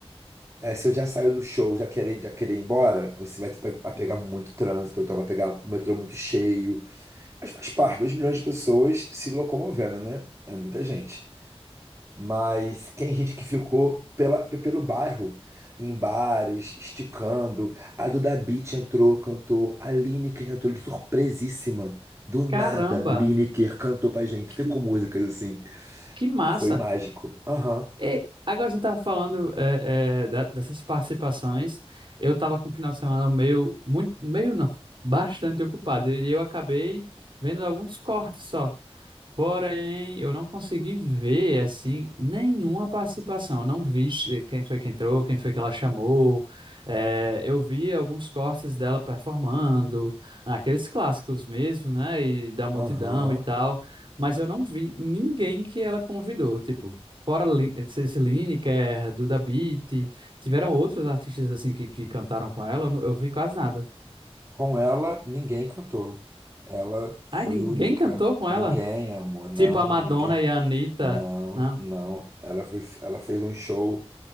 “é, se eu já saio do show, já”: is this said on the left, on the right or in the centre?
Right